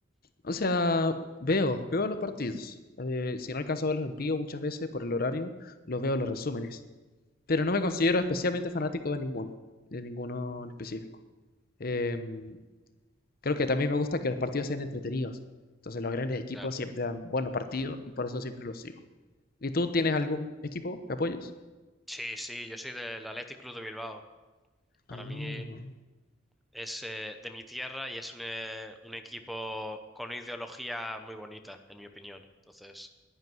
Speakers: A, on the left (about 50°); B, in the centre.
A: O sea, veo, veo los partidos. Eh, si no alcanzo a verlos en vivo muchas veces por el horario, los veo en los resúmenes. pero no me considero especialmente fanático de ninguno, de ninguno en específico. Em, creo que también me gusta que los partidos sean entretenidos. Entonces los grandes equipos
B: Claro.
A: siempre dan buenos partidos y por eso siempre los sigo. ¿Y tú tienes algún equipo que apoyes?
B: Sí, sí, yo soy del Athletic Club de Bilbao. Para
A: Ah,
B: mí es eh, de mi tierra y es un, eh, un equipo con una ideología muy bonita, en mi opinión. Entonces...